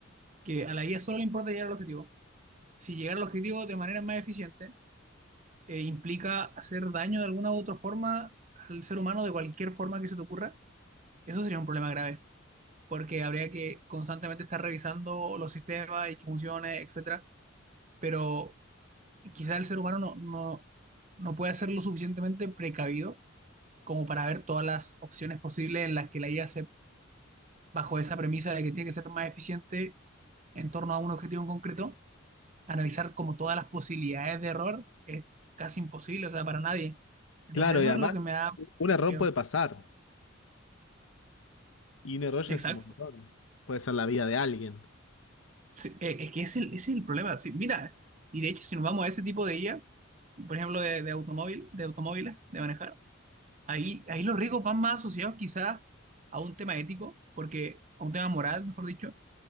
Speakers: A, on the right; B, on the left.
A: Que a la IA solo le importa llegar al objetivo. Si llegar al objetivo de manera más eficiente, eh, implica hacer daño de alguna u otra forma al ser humano, de cualquier forma que se te ocurra, eso sería un problema grave, porque habría que constantemente estar revisando los sistemas y que funcione, etcétera. Pero quizá el ser humano no, no, no puede ser lo suficientemente precavido como para ver todas las opciones posibles en las que la IA se, bajo esa premisa de que tiene que ser más eficiente en torno a un objetivo en concreto, analizar como todas las posibilidades de error es casi imposible, o sea, para nadie. Entonces
B: Claro,
A: eso
B: y además,
A: es lo que me da
B: un error
A: más miedo.
B: puede pasar. Y un error ya
A: Exacto.
B: es un montón. Puede ser la vida de alguien.
A: Sí, eh, es que ese, ese es el problema. Sí, mira, y de hecho, si nos vamos a ese tipo de IA, por ejemplo, de, de automóvil, de automóviles, de manejar, ahí, ahí los riesgos van más asociados quizás a un tema ético, porque, a un tema moral, mejor dicho,